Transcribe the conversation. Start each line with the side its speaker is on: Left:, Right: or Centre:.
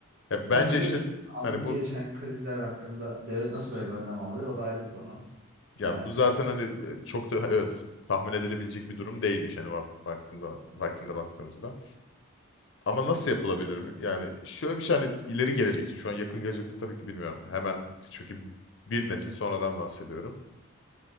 Left: Ya
Right: Bir
Left: bence
Right: tane şöyle
Left: işte
Right: düşün. Anlık
Left: hani bu
Right: gelişen krizler hakkında devlet nasıl böyle bir önlem alıyor? O da ayrı bir konu.
Left: ya
Right: Evet.
Left: bu zaten hani e, çok da evet tahmin edilebilecek bir durum değilmiş hani bak- baktığında vaktinde baktığımızda. Ama nasıl yapılabilir mi? Yani şöyle bir şey hani ileri gelecek için şu an yakın gelecekte tabii ki bilmiyorum. Hemen çünkü bir nesil sonradan bahsediyorum.